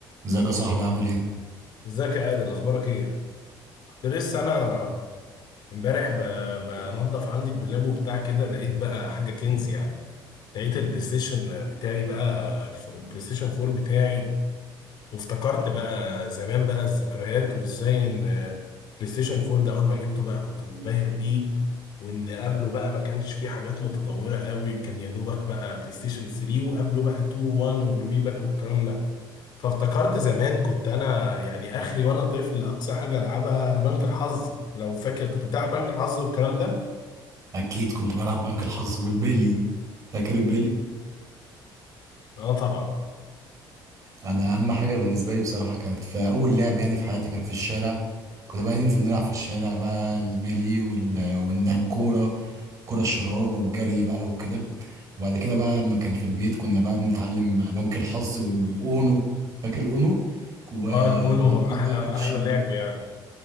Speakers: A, on the right; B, on the left.
A: ازيك يا صاحبي عامل ايه؟
B: ازيك يا عادل اخبارك ايه كنت لسه انا امبارح ب- بنضف عندي الدولاب وبتاع كده لقيت بقى حاجه كنز يعني لقيت البلاي ستيشن بتاعي بقى الف- البلاي ستيشن 4 بتاعي وافتكرت بقى زمان بقى الذكريات وازاي ان بلاي ستيشن 4 ده اول ما جبته بقى كنت منبهر بيه وان قبله بقى ما كانش فيه حاجات متطورة قوي كان يا دوبك بقى بلاي ستيشن 3 وقبله بقى 2 1 والوي بقى والكلام ده فافتكرت زمان كنت انا يعني اخري وانا طفل اقصى حاجة العبها بنك الحظ لو فاكر كنت بتلعب بنك الحظ والكلام ده
A: اكيد كنت بلعب بنك الحظ والبيلي فاكر البيلي؟
B: اه طبعا
A: انا اهم حاجه بالنسبه لي بصراحه كانت في اول لعب يعني في حياتي كان في الشارع كنا بقى ننزل نلعب في الشارع بقى البيلي وال... والكوره كرة الشراب والجري بقى وكده وبعد كده بقى لما كان في البيت كنا بقى بنتعلم بنك الحظ والاونو فاكر الاونو وكنا
B: اه الاونو
A: بنجيب
B: احلى
A: بقى كوتشينه
B: احلى لعب يعني